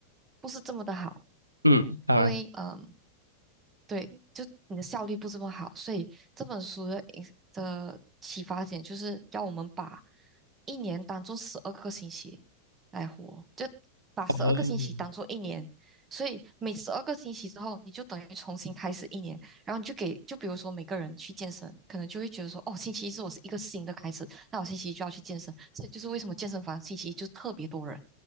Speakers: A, on the right; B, on the right.
A: 不是这么的好。
B: 嗯，当然，
A: 因为嗯，对，就你的效率不这么好，所以这本书的影的启发点就是要我们把一年当做十二个星期来活，就把十二个星期当做一年，
B: 哦
A: 所以每十二个星期之后，你就等于重新开始一年，然后你就给，就比如说每个人去健身，可能就会觉得说，哦，星期一是我是一个新的开始，那我星期一就要去健身，所以就是为什么健身房星期一就特别多人。